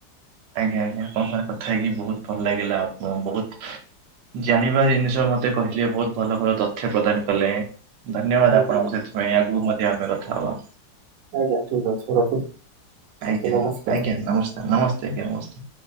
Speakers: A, on the right (about 85°); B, on the right (about 65°).
A: ଆଜ୍ଞା-ଆଜ୍ଞା ଆପଣଙ୍କ ସାଙ୍ଗରେ କଥା ହେଇକି ବହୁତ୍ ଭଲ ଲାଗିଲା, ଆପଣ ବହୁତ୍ ଜାଣିବା ଜିନିଷ ମତେ କହିଲେ, ବହୁତ୍ ଭଲ-ଭଲ ତଥ୍ୟ ପ୍ରଦାନ କଲେ। ଧନ୍ୟବାଦ୍
B: ଆଜ୍ଞା
A: ଆପଣଙ୍କୁ ସେଥିପାଇଁ, ଆଗକୁ ମଧ୍ୟ ଆମେ କଥା ହବା।
B: ଆଜ୍ଞା ଠିକ୍ ଅଛି, ମୁଁ ରଖୁଛି।
A: ଆଜ୍ଞା-ଆଜ୍ଞା
B: ନମସ୍କାର।
A: ନମସ୍କାର୍, ନମସ୍ତେ ଆଜ୍ଞା ନମସ୍ତେ।